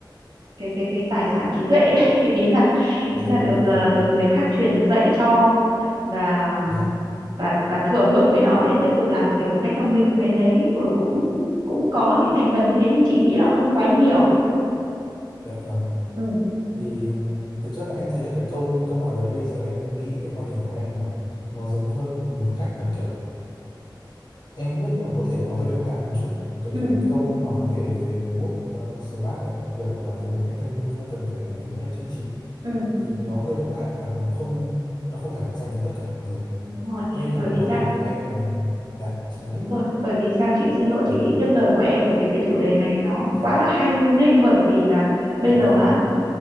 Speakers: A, on the right; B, on the left.
A: cái cái cái tài sản trí tuệ đấy <laughs> ý là
B: dạ
A: ý là
B: đúng
A: được
B: rồi
A: ờ, được người khác truyền dạy cho và
B: dạ
A: và và thừa hưởng cái đó để tiếp tục làm việc một cách thông minh cái đấy ừ, cũng cũng có những thành phần như thế nhưng chị nghĩ là không quá nhiều
B: Dạ vâng.
A: ừ
B: Thì ừm, thực chất là em thấy là cái câu câu nói đấy bây giờ em nghĩ cái quan điểm của em là nó giống hơn một cách là kiểu em không biết nhưng mà có thể nó hơi độc hại một chút cái
A: ừ
B: cái câu nói về về work ờ, smart đấy kiểu làm việc một cách thông minh không cần phải làm việc một cách chăm chỉ
A: ừ
B: thì nó hơi độc hại và nó không nó không phải nó dành cho tất cả mọi người
A: đúng rồi
B: thế nên là
A: bởi
B: cái
A: vì
B: quan
A: sao
B: điểm của em là dạ chị nói đi
A: đúng rồi bởi vì sao chị xin lỗi
B: dạ
A: chị tiếp lời của em bởi vì cái chủ đề này nó
B: dạ
A: quá là hay luôn đấy bởi vì là bây
B: dạ
A: giờ
B: vâng
A: á